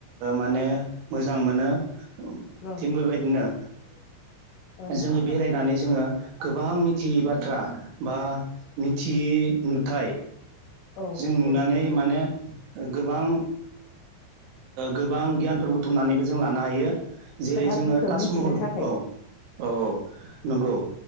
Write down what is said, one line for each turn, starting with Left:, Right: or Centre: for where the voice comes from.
Right: माने मोजां मोनो।
Left: औ
Right: थिग बेबायदिनो
Left: औ नोंथां
Right: जोङो बेरायनानै
Left: औ
Right: जोङो गोबां मिथियै बाथ्रा बा मिथियै नुथाय
Left: औ
Right: जों
Left: नंगौ
Right: नुनानै
Left: नोंथां
Right: माने गोबां गोबां गियानफोर बुथुमनानैबो जों लानो हायो। जेरै
Left: खोथाफोरखौ
Right: जोङो ताजमहल
Left: मिथिनो थाखाय
Right: औ औ औ। नंगौ